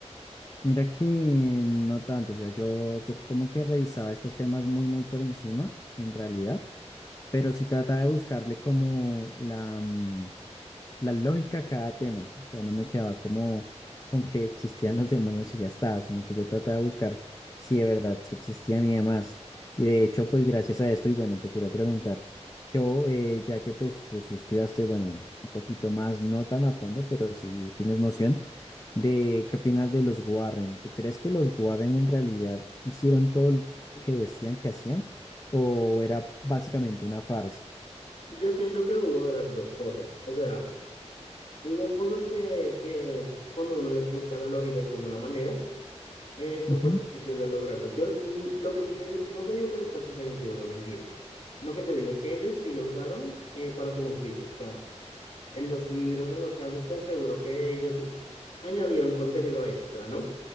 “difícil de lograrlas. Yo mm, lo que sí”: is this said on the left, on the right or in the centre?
Left